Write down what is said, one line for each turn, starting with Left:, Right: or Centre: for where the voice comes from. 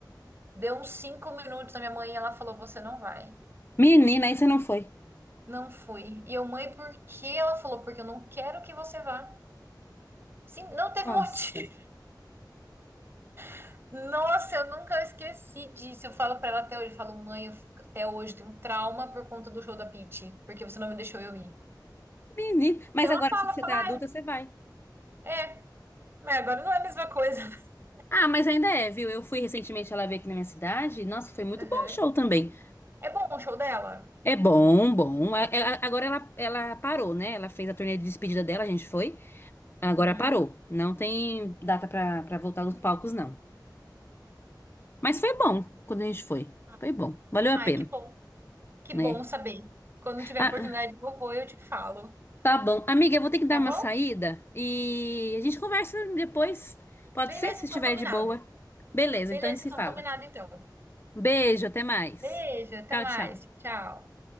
Right: Deu uns cinco minutos a minha mãe e ela falou: Você não vai.
Left: Menina, aí você não foi.
Right: Não fui. E eu, mãe, por quê? Ela falou: Porque eu não quero que você vá. Sim, não teve
Left: Nossa,
Right: motivo. <laughs> Nossa, eu nunca esqueci disso. Eu falo pra ela até hoje: eu falo, mãe, eu fico- até hoje tenho um trauma por conta do show da Pitty, porque você não me deixou eu ir.
Left: menina. Mas
Right: E ela
Left: agora,
Right: fala:
Left: se você
Right: fala,
Left: tá adulta, você vai.
Right: "Ah, é, mas agora não é a mesma coisa. <laughs>
Left: Ah, mas ainda é, viu? Eu fui recentemente, ela veio aqui na minha cidade. Nossa, foi muito
Right: Aham.
Left: bom o show também.
Right: É bom o show dela?
Left: É bom, bom. A- ela- Agora ela, ela parou, né? Ela fez a turnê de despedida dela, a gente foi. Agora
Right: Uhum.
Left: parou. Não tem data pra, pra voltar nos palcos, não. Mas foi bom quando a gente foi.
Right: Ah,
Left: Foi bom. Valeu
Right: Ai,
Left: a pena,
Right: que bom. Que
Left: né?
Right: bom saber. Quando tiver
Left: Ah,
Right: oportunidade, eu vou, eu te falo.
Left: tá bom. Amiga, eu vou ter que dar
Right: Tá
Left: uma
Right: bom?
Left: saída e a gente conversa depois. Pode
Right: Beleza,
Left: ser, se
Right: então,
Left: estiver
Right: combinado.
Left: de boa. Beleza,
Right: Beleza,
Left: então a gente se
Right: então,
Left: fala.
Right: combinado então.
Left: Beijo, até mais.
Right: Beijo, até
Left: Tchau,
Right: mais.
Left: tchau.
Right: Tchau.